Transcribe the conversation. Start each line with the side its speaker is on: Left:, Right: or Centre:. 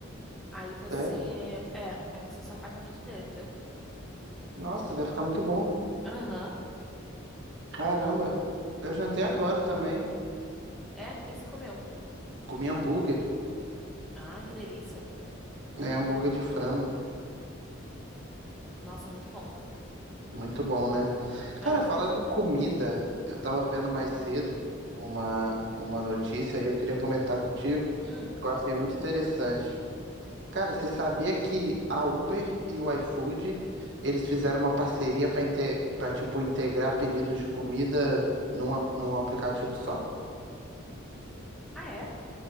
Centre: Aí você,
Right: Sério?
Centre: é, aí você só faz na frigideira, entendeu?
Right: Nossa, deve ficar muito bom.
Centre: Aham.
Right: Caramba, eu jantei agora também.
Centre: É, o que que você comeu?
Right: Comi hambúrguer.
Centre: Ai, que delícia.
Right: É, hambúrguer de frango.
Centre: Nossa, muito bom.
Right: Muito bom, né?
Centre: É.
Right: Cara, falando em comida, eu tava vendo mais cedo uma, uma notícia e eu queria comentar contigo,
Centre: Hum.
Right: que eu achei muito interessante. Cara, você sabia que a Uber e o iFood, eles fizeram uma parceria para para tipo integrar pedidos de comida num, ap- num aplicativo só?
Centre: Ah, é?